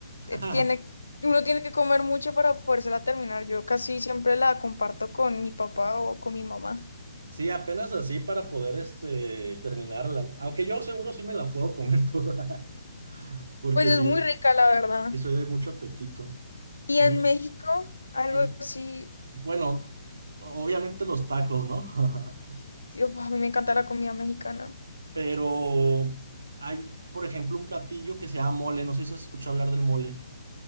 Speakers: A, on the left; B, on the right.
A: eh,
B: <laughs>
A: tiene, uno tiene que comer mucho para podérsela terminar. Yo casi siempre la comparto con mi papá o con mi mamá.
B: Sí, apenas así para poder este, terminarla. Aunque yo seguro sí me la puedo comer toda. <laughs> Porque
A: Pues es
B: sí,
A: muy rica, la verdad.
B: sí soy de mucho apetito.
A: Y
B: Mm.
A: en México, algo
B: en-
A: así,
B: Bueno, obviamente los tacos, ¿no? <laughs>
A: yo, a mí me encanta la comida mexicana.
B: Pero hay, por ejemplo, un platillo que se llama mole. No sé si has escuchado hablar del mole.